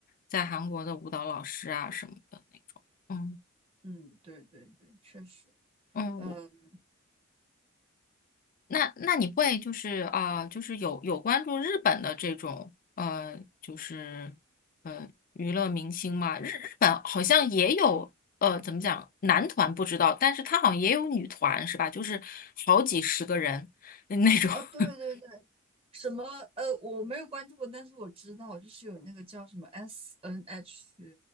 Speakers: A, on the left; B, on the right.
A: 在韩国的舞蹈老师啊什么的那种。嗯
B: 嗯，对对对，确实，
A: 嗯，
B: 嗯，
A: 我那那你会就是啊、呃就是有有关注日本的这种呃，就是呃娱乐明星吗？日日本好像也有呃，怎么讲，男团不知道，但是他好像也有女团是吧？就是好几十个人嗯那种。
B: 啊，对对对。
A: <laughs>
B: 什么？呃，我没有关注过，但是我知道，就是有那个叫什么 SNH